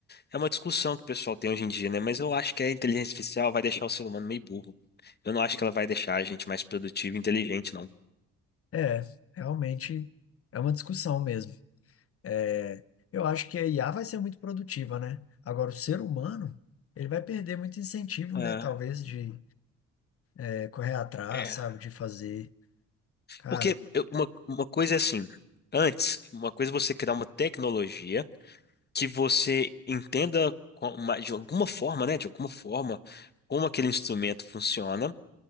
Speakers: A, on the left (about 35°); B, on the left (about 50°).
A: é uma discussão que o pessoal tem hoje em dia, né? Mas eu acho que a inteligência artificial vai deixar o ser humano meio burro. Eu não acho que ela vai deixar a gente mais produtivo e inteligente, não.
B: É, realmente é uma discussão mesmo. É, eu acho que a IA vai ser muito produtiva, né? Agora, o ser humano, ele vai perder muito incentivo,
A: É,
B: né? Talvez de é correr atrás,
A: é.
B: sabe, de fazer. Cara,
A: Porque eu- uma, uma coisa é assim, antes, uma coisa é você criar uma tecnologia que você entenda co- ma- de alguma forma, né? De alguma forma, como aquele instrumento funciona,